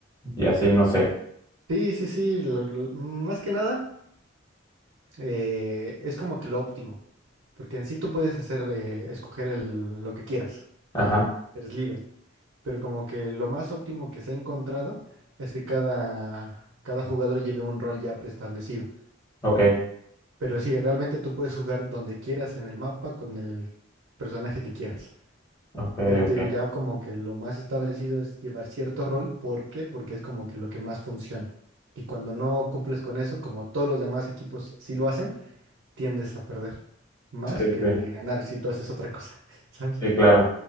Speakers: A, on the left; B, on the right.
A: y, y así, no sé.
B: Sí, sí, sí, lo- lo- más que nada eh, es como que lo óptimo, porque en sí tú puedes hacer, eh, escoger el- lo que quieras,
A: Ajá,
B: eres libre, pero como que lo más óptimo que se ha encontrado es que cada, cada jugador lleve un rol ya preestablecido,
A: ok,
B: pero sí, realmente tú puedes jugar donde quieras en el mapa con el personaje que quieras.
A: ok,
B: Pero te
A: ok.
B: digo, ya como que lo más establecido es llevar cierto rol. ¿Por qué? Porque es como que lo que más funciona. Y cuando no cumples con eso, como todos los demás equipos sí lo hacen, tiendes a perder más
A: Sí,
B: que
A: sí,
B: ganar si tú haces otra cosa, <laughs> ¿sabes?
A: sí, claro.